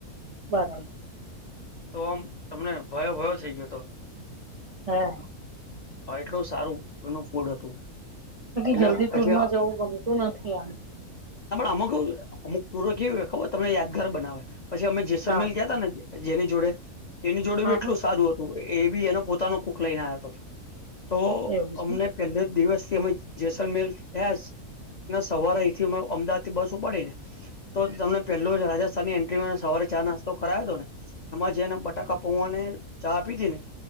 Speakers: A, on the right (about 60°); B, on the left (about 75°).
A: બરાબર.
B: તો આમ તમને ભયો ભયો થઈ ગયો હતો.
A: હા.
B: હ એટલું સારું એનું ફૂડ હતું.
A: પકી
B: એટલે
A: જલ્દી
B: પછી
A: ટુરમાં જવું ગમતું નથી આ
B: અમુક અમુક ટુરો કેવી હો ખબર તમને યાદગાર બનાવે પછી અમે જઈ સલમેન
A: હા
B: કયા ત ને જેની જોડે એની જોડે
A: હા
B: બી એટલું
A: હા
B: સારું હતું. એ બી એનો પોતાનો કુક લઈને આવ્યો હતો તો
A: એવું છે
B: અમને પહેલે દિવસ થી અમે જેસલમેર ગયા છે. સવારે અહીથી અમદાવાદથી બસ ઉપાડી ને તો તમને પેલોજ રાજસ્થાની. તે મને સવારે ચા નાસ્તો કરાયો હતો ને. એમાં જેને બટાકા પૌવાને ચા આપી હતી ને